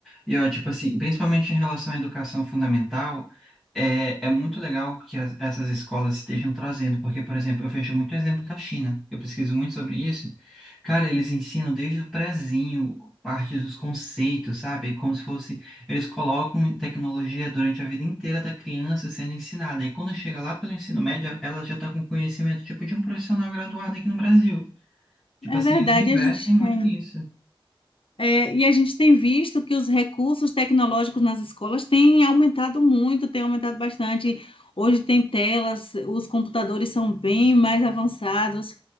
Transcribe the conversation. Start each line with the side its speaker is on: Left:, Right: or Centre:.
Centre: E ó, tipo assim, principalmente em relação à educação fundamental, é, é muito legal que as- essas escolas estejam trazendo, porque, por exemplo, eu vejo muito exemplo da China, eu pesquiso muito sobre isso. Cara, eles ensinam desde o prezinho, parte dos conceitos, sabe? É Como se fosse, eles colocam tecnologia durante a vida inteira da criança sendo ensinada. E quando chega lá pelo ensino médio, ela já está com conhecimento tipo de um profissional graduado aqui no Brasil. Tipo
Left: É
Centre: assim,
Left: verdade,
Centre: eles investem
Left: a gente,
Centre: muito
Left: é,
Centre: nisso.
Left: É, e a gente tem visto que os recursos tecnológicos nas escolas têm aumentado muito, têm aumentado bastante. Hoje tem telas, os computadores são bem mais avançados.